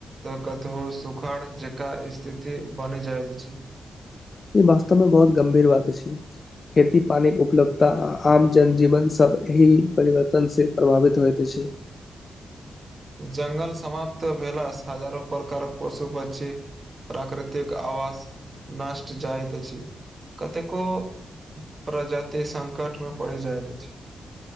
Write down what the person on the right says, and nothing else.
त कतहु सुखाड़ जकां स्थिति बनी जाइत अछी।
जंगल समाप्त भेला सं हजारों प्रकारक पशु पक्षी प्राकृतिक आवास नष्ट जाइत अछी। कतेको <inaudible> प्रजाति संकट में परी जाइत अछी।